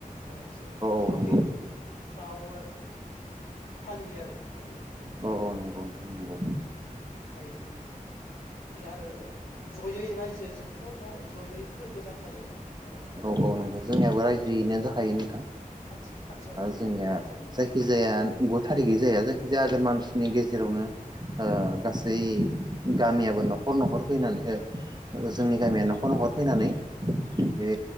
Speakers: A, on the left (about 65°); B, on the right (about 30°).
A: माने बिसोरो जयै
B: औ नंगौ
A: बावो फालियो आरो <unintelligible> फोरबोखौ
B: औ औ नंगौ नोंथां नंगौ
A: ओमफ्राय बे आरो जयै रायजो जोंथ' ज' ज' ज'यै फोरबो जाखायो ओ जोंनि
B: औ औ नंगौ जोंनियाबो रायजोयैनो
A: ओ
B: जाखायो नोंथां
A: थानसालियावहा
B: जोंनिया
A: फोरबो जायो
B: जायखिजाया गु थारिखै जाया जायखि जागोन मानसिनि गेजेरावनो गासै गामियाबो न'खर न'खर फैनानै जोंनि गामिया न'खर न'खर फैनानै बे